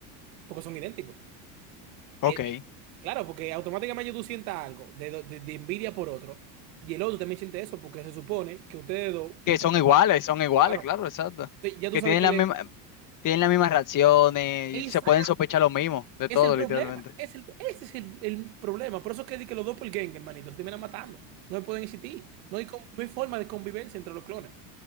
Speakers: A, on the right (about 75°); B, on the left (about 40°).
A: Porque son idénticos.
B: Ok.
A: Eh, claro, porque automáticamente tú sientas algo de, do- de- de envidia por otro, y el otro también siente eso, porque se supone que ustedes dos piensan
B: Que son iguales,
A: igual.
B: son iguales,
A: Claro,
B: claro, exacto.
A: Entonces, ya tú
B: Que
A: sabes
B: tienen
A: que
B: la
A: le...
B: misma, tienen las mismas reacciones,
A: Esa
B: y se pueden sospechar lo mismo, de
A: es
B: todo,
A: el problema,
B: literalmente.
A: es el, ese es el, el problema. Por eso es que di que los dos por doppelgangers, hermanito, se terminan matando. No pueden existir, no hay, con- no hay forma de convivencia entre los clones.